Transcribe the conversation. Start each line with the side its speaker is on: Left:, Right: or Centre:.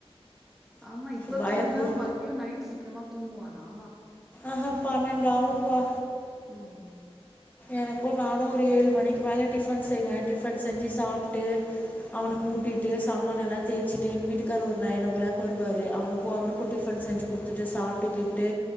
Centre: ஆமா இப்ப
Left: பயம்புறு
Centre: தூங்குனா மறுபடியும் நைட் சீக்கிரமா தூங்குவானா
Left: ஆஹா பண்ணடாாவப்ப
Centre: உஹம்
Left: எனக்கும் நானும் ஒரு ஏழு மணிக்கு மேலே டிஃபன் செய்வேன் டிஃபன் செஞ்சு சாப்பிட்டு அவனு
Centre: ஆ
Left: ஊட்டிட்டு சாமானான் எல்லாம் தேய்ச்சிட்டு எங்க வீட்டுக்கார் ஒரு நைன் ஓ கிளாக் வருவார் அவனுக்கும் அவருக்கும் டிஃபன் செஞ்சு கொடுத்துட்டு சாப்பிட்டுக்கிட்டு